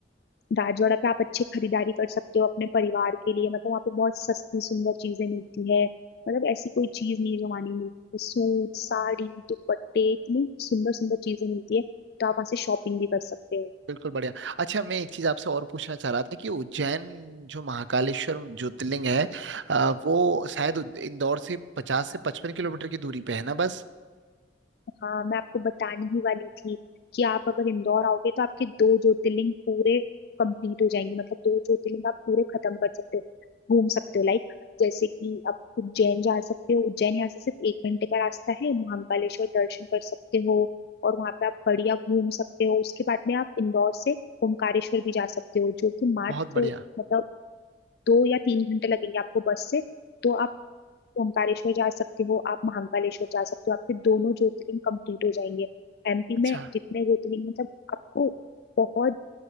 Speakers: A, on the left (about 55°); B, on the right (about 80°).
A: राजवाड़ा पे आप अच्छी खरीदारी कर सकते हो अपने परिवार के लिए मतलब वहाँ पे बहुत सस्ती सुंदर चीजें मिलती है मतलब ऐसी कोई चीज नहीं है जो वहाँ नहीं मिलती सूट साड़ी दुपट्टे इतनी सुंदर सुंदर चीजें मिलती है तो आप वहाँ से शॉपिंग भी कर सकते हो
B: बिल्कुल बढ़िया अच्छा मैं एक चीज आपसे और पूछना चाह रहा था कि उज्जैन जो महाकालेश्वर ज्योतिर्लिंग है अ, वो शायद उद- इंदौर से पचास से पचपन किलोमीटर की दूरी पे है ना बस
A: हाँ मैं आपको बताने ही वाली थी कि आप अगर इंदौर आओगे तो आपके दो ज्योतिर्लिंग पूरे कंप्लीट हो जाएंगे मतलब दो ज्योतिर्लिंग आप पूरे खत्म कर सकते हो घूम सकते हो लाइक जैसे कि आप उज्जैन जा सकते हो उज्जैन यहाँ से सिर्फ एक घंटे का रास्ता है महाकालेश्वर दर्शन कर सकते हो और वहाँ पे आप बढ़िया घूम सकते हो उसके बाद में आप इंदौर से ओमकारेश्वर भी जा सकते हो जो कि मात्र
B: बहुत बढ़िया
A: मतलब दो या तीन घंटे लगेंगे आपको बस से तो आप तो ओमकारेश्वर जा सकते हो आप महाकालेश्वर जा सकते हो आपके दोनों ज्योतिर्लिंग कंप्लीट हो जाएंगे एमपी
B: अच्छा
A: में जितने ज्योतिर्लिंग मतलब आपको बहुत